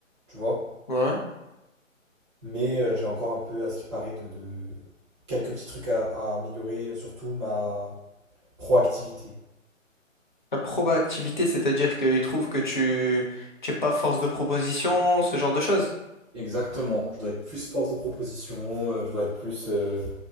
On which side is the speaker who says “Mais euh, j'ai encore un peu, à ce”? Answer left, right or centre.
Right